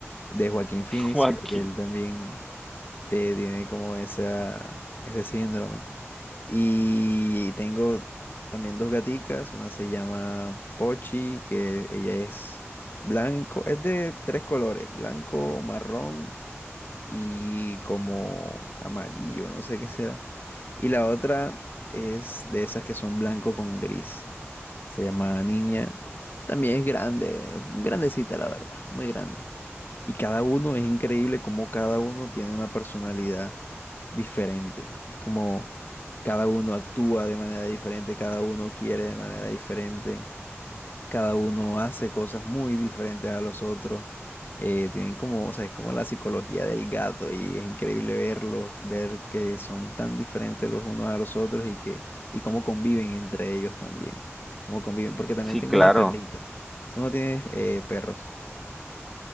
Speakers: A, on the left; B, in the centre.
A: de Joaquín Phoenix,
B: Joaquín.
A: porque él también te tiene como esa, ese síndrome. Y tengo también dos gaticas, una se llama Pochi, que ella es blanco, es de tres colores, blanco, marrón y como amarillo, no sé qué será. Y la otra es de esas que son blanco con gris. Se llama Niña. También es grande, grandecita la verdad, muy grande. Y cada uno es increíble como cada uno tiene una personalidad diferente. Es como cada uno actúa de manera diferente, cada uno quiere de manera diferente cada uno hace cosas muy diferentes a los otros. eh, tienen como, o sea, es como la psicología del gato y es increíble verlos, ver que son tan diferentes los unos a los otros y que, y cómo conviven entre ellos también. Cómo conviven, porque también
B: Sí,
A: tengo
B: claro.
A: una Claro. perrita. Tú no tienes eh, perros.